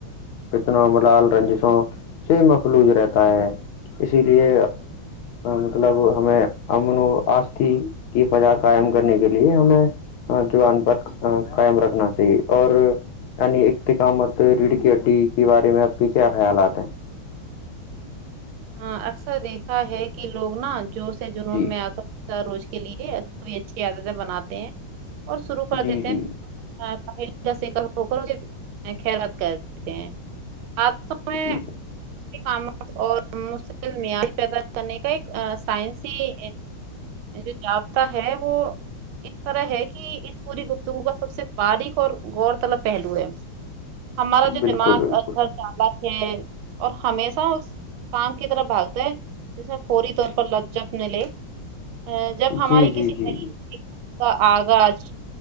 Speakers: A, on the left; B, on the right.
A: فتنوں ملال رنجشوں سے مخلوج رہتا ہے اسی لیے مطلب ہمیں امن و آشتی کی فضا قائم کرنے کے لیے ہمیں زبان پر قائم رکھنا چاہیے اور یعنی اختقامت ریڑھکٹی کے بارے میں آپ کے کیا خیالات ہیں
B: ہاں اکثر دیکھا ہے کہ لوگ نا جوش سے جنون
A: جی
B: میں آ کر روز کے لیے اس کو بھی اچھی عادتیں بناتے ہیں اور شروع کر
A: جی
B: دیتے
A: جی
B: ہیں پہل جیسے کرو کرو نہیں خیرات کرتے ہیں آپ سے میں
A: جی
B: کام اور مشکل معیاری پیدا کرنے کا ایک سائنسی جو جابتا ہے وہ اس طرح ہے کہ اس پوری گفتگو کا سب سے باریک اور غور طلب پہلو ہے ہمارا جو
A: بالکل
B: دماغ
A: بالکل
B: گھر ال <unintelligible> اور ہمیشہ اس کام کی طرح بھگتے ہے جس میں فوری طور پر لگ جن ملے ا جب ہماری
A: جی جی
B: کسی
A: جی
B: نئی کا آغاز